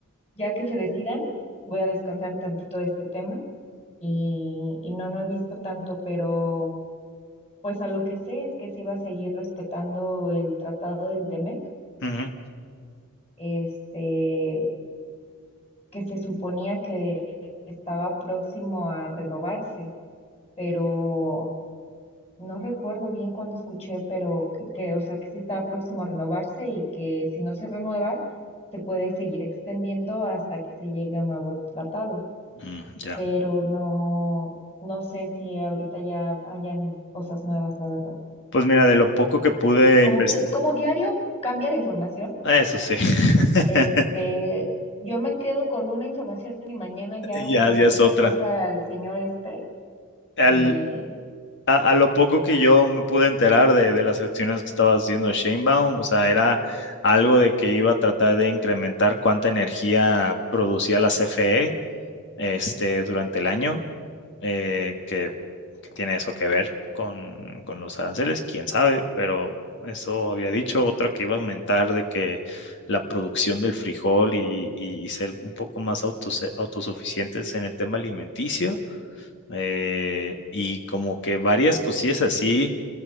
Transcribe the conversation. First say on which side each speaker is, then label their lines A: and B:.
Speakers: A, on the left; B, on the left.
A: Ya que se decidan, voy a descansar un tantito de este tema y, y no, no he visto tanto, pero pues a lo que sé es que se iba a seguir respetando el tratado del Temec,
B: Ujú.
A: este, que se suponía que estaba próximo a renovarse, pero no recuerdo bien cuándo escuché, pero que, que, o sea, que sí estaba próximo a renovarse y que si no se renueva, se puede seguir extendiendo hasta que se llegue a un nuevo tratado.
B: Mm, ya.
A: pero no, no sé si ahorita ya hayan cosas nuevas, la verdad.
B: Pues mira, de lo poco que pude
A: Como,
B: investigar,
A: te- como diario cambia la información,
B: eso sí, <laughs>
A: este, yo me quedo con una información y mañana ya
B: ya,
A: se le ocurrió
B: ya es
A: otra
B: otra.
A: cosa al señor Esper.
B: Al,
A: Y
B: a, a lo poco que yo me pude enterar de, de las acciones que estaba haciendo Shanebaum, o sea, era algo de que iba a tratar de incrementar cuánta energía producía la CFE este, durante el año. eh, que, que tiene eso que ver con, con los aranceles, quién sabe, pero eso había dicho, otra que iba a aumentar de que la producción del frijol y, y- y ser un poco más autos- autosuficientes en el tema alimenticio, eh, y como que varias cosillas así